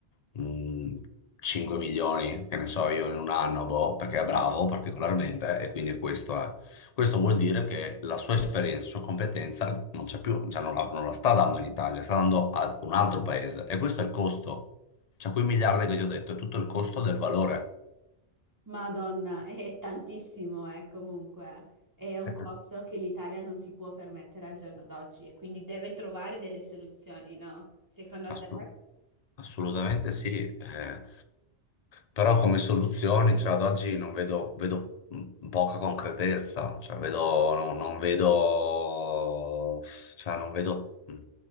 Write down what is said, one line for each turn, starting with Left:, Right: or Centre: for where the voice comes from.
Left: mh, 5 milioni, che ne so io, in un anno, boh, perché è bravo particolarmente e quindi questo questo vuol dire che la sua esperienza, la sua competenza non c'è più, cioè non la, non la sta dando in Italia, sta dando a un altro paese. E questo è il costo. Cioè, quei miliardi che ti ho detto, è tutto il costo del valore.
Right: Madonna, <laughs> è è tantissimo, eh, comunque. È un
Left: Aspetta.
Right: costo che l'Italia non si può permettere al giorno d'oggi e quindi deve trovare delle soluzioni, no? Secondo
Left: Assurdo.
Right: te?
Left: Assolutamente sì, eh, però come soluzioni, cioè, ad oggi non vedo, vedo m- poca concretezza, cioè, vedo, no- non vedo, cioè, non vedo, mh,